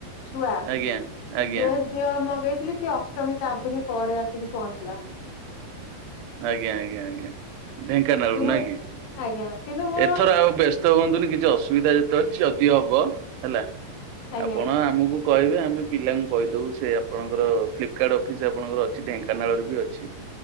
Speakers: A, on the left; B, on the right.
A: ଛୁଆ
B: ଆଜ୍ଞା ଆଜ୍ଞା
A: ଡ୍ରେସ ଦିହଳ ମଗେଇଥିଲି ସେ ଅଷ୍ଟମୀ ଚାରି ଦିନ ପରେ ଆସିକି ପହଞ୍ଚିଲା।
B: ଆଜ୍ଞା ଆଜ୍ଞା ଆଜ୍ଞା ଢେଙ୍କାନାଳରୁ
A: କିନ୍ତୁ
B: ନାକି
A: ଆଜ୍ଞା କିନ୍ତୁ ମୋର
B: ଏଥର ଆଉ ବ୍ୟସ୍ତ ବ୍ୟସ୍ତହୁଅନ୍ତୁନି କିଛିଅସୁବିଧା ଯେତେ ଅଛି ଯଦି ହବ ହେଲା
A: ଆଜ୍ଞା
B: ଆପଣ ଆମକୁ କହିବେ ଆମେ ପିଲାଙ୍କୁ କହିଦବୁ ସେ ଆପଣଙ୍କର ଫ୍ଲିକାର୍ଡ ଅଫିସ ଆପଣଙ୍କର ଅଛି ଢେଙ୍କାନାଳରେବି ଅଛି।